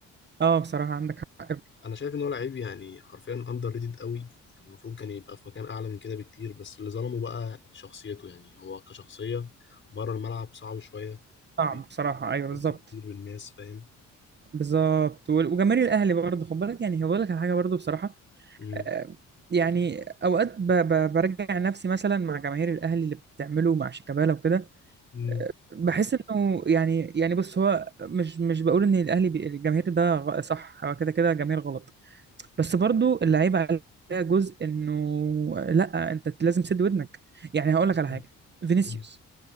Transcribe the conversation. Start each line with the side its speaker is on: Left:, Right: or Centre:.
Right: اه بصراحة عندك حق
Left: انا شايف ان هو لعيب يعني حرفيا اندر ريتد قوي يعني المفروض كان يبقى في مكان اعلى من كده بكتير بس اللي ظلمه بقى شخصيته يعني هو كشخصيه بره الملعب صعب شويه
Right: صعب
Left: بي-
Right: بصراحة
Left: بيحتك
Right: ايوه بالظبط
Left: كتير بالناس فاهم
Right: بالظبط وال- وجماهير الاهلي برضه خد بالك يعني هقول لك على حاجة برضه بصراحة
Left: امم
Right: آه، يعني اوقات ب- ب- برجع نفسي مثلا مع جماهير الاهلي اللي بتعمله مع شيكابالا وكده
Left: امم
Right: بحس انه يعني يعني بص هو مش مش بقول ان الاهلي بي- الجماهير ده غ- صح هو كده كده جماهير غلط بس برضه اللعيبة عليها جزء انه لا انت لازم تسد ودنك يعني هقول لك
Left: بالظبط
Right: على حاجة فينيسيوس
Left: مم.